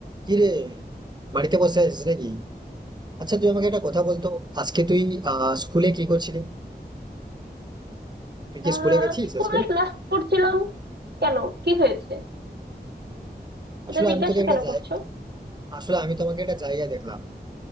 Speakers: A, on the right; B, on the right.
A: কি রে বাড়িতে বসে আছিস নাকি আচ্ছা তুই আমাকে একটা কথা বলতো আজকে তুই আহ স্কুলে কি করছিলি তুই কি
B: আহ
A: স্কুলে গেছিস
B: স্কুলে
A: আজকে
B: ক্লাস করছিলাম কেন কি হয়েছে
A: আসলে
B: এটা জিজ্ঞাসা
A: আমি তোকে একটা
B: কেন
A: জায়গা
B: করছো
A: আসলে আমি তোমাকে একটা জায়গায় দেখলাম